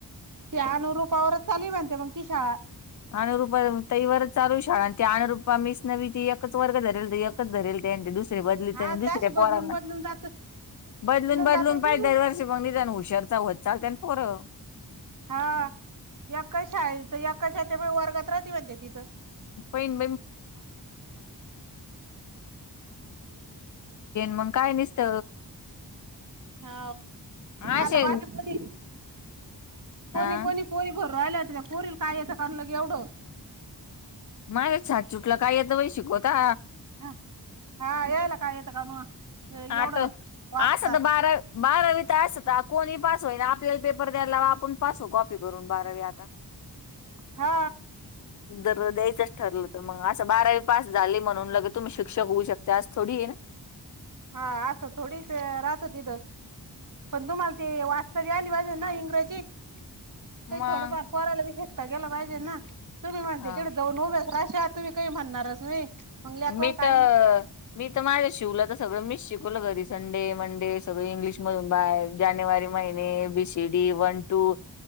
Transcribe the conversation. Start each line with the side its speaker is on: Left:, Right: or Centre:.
Right: ते नूर रुपयावरच चाली म्हणते मग त शाळा
Left: अनुरुप तही वरच चालू शाळा आणि ते अुप मीच नवी ती एकच वर्ग धरेल तर एकच रेल दुस
Right: हा ते अशी
Left: <inaudible>
Right: बदलून बदलून जात
Left: बदलून बदलून
Right: जातच
Left: पाहिज
Right: ना मी
Left: दरवर्षी बघली त्या आणि हुशरचा होत चालते पोरं
Right: हा या कशा आहे या कशा त्या वर्गात राहते म्हणते तिथं
Left: <inaudible> फीन मंग काय नुसत
Right: हा
Left: असे
Right: आता वाट कोणी कोणी
Left: हा
Right: कोणी पुरी भरु राहिल त्या पुरी काय येतं काढलं क एवढं
Left: माझ छान चुटलं काय येतं बा शिकवता
Right: <inaudible>
Left: <inaudible>
Right: एवढं वाचता
Left: बारावी त असता कोणी पास होई ना आपल्याला पेपर द्यायला लावा आपण पास हो कॉपी करून बारावी आता
Right: हा
Left: जर द्याच ठरलं तर मग असं बारावी पास झाले म्हणून लगे तुम्ही शिक्षक होऊ शकता आज थोडी ना
Right: हा असं थोडीच राहत तिथं पण तुम्हाला ते वास्तव आली भाजे ना इंग्रजीत
Left: मग
Right: काही थोडफार पोरायला बी शकता गेला पाहिजे ना तुम्ही म्हणते
Left: हा.
Right: तिडें जाऊन उभ्या राशा तुम्ही काही म्हणणारच नाही मग लेकराला
Left: मी
Right: काही
Left: तर मी तर माझ्या शिवलं तर सगळं मी शिकवलं घरीच संडे मंडे सगळे इंग्लिश मधून बाहे जानेवारी महिने A B C D one two स